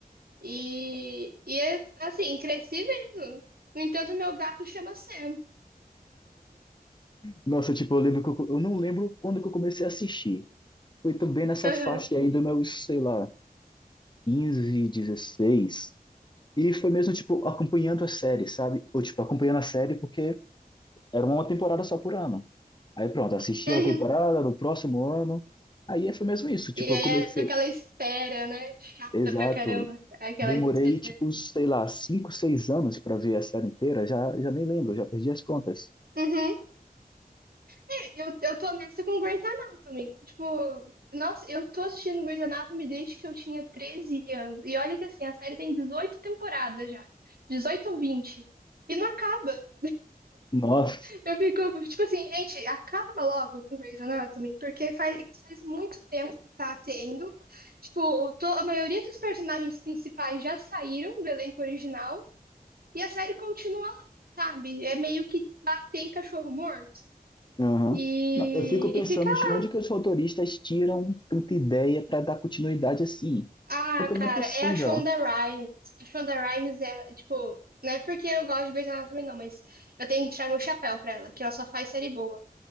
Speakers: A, on the right; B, on the left.
A: E, e é, assim, cresci vendo. No entanto, meu gato chama Sam.
B: Nossa, tipo, eu lembro que eu, eu não lembro quando que eu comecei a assistir. Foi também nessa
A: Aham.
B: faixa
A: <laughs>
B: aí do meu, sei lá, 15, 16. E foi mesmo, tipo, acompanhando a série, sabe? Ou, tipo, acompanhando a série porque era uma temporada só por ano. Aí pronto, assisti
A: Uhum.
B: a temporada no próximo ano. Aí foi mesmo isso. Tipo,
A: E
B: eu
A: aí
B: comecei.
A: é aquela espera, né? Chata
B: Exato.
A: pra caramba, aquela
B: Demorei,
A: espera.
B: tipo, sei lá, cinco, seis anos para ver a série inteira. Já, já nem lembro, já perdi as contas.
A: Uhum. É, Eu, eu tô nessa com Grey's Anatomy. Tipo, nossa, eu tô assistindo Grey's Anatomy desde que eu tinha 13 anos. E olha que assim, a série tem 18 temporadas já. dezoito ou vinte E não acaba.
B: Nossa.
A: Eu fico, tipo assim, gente, acaba logo com Grey's Anatomy, porque faz, faz muito tempo que tá tendo. Tipo, o to- a maioria dos personagens principais já saíram do elenco original e a série continua lá, sabe? É meio que bater em cachorro morto.
B: Aham.
A: E,
B: Não, Eu fico pensando
A: e fica lá.
B: de onde que os roteiristas tiram tanta ideia para dar continuidade assim.
A: Ah,
B: Porque
A: cara,
B: não é possível.
A: é a Shonda Rhimes. A Shonda Rhimes é, tipo, não é porque eu gosto de Grey's Anatomy, não, mas eu tenho que tirar meu chapéu pra ela, que ela só faz série boa.